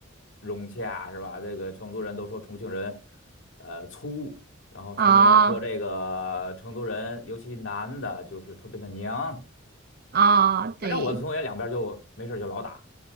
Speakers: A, on the left; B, on the right.
A: 融洽，是吧？这个成都人都说重庆人，呃，粗，然后重庆人说这个成都人，
B: 哦
A: 尤其男的，就是特别的娘。
B: 哦对，
A: 反正我的同学两边儿就没事儿就老打，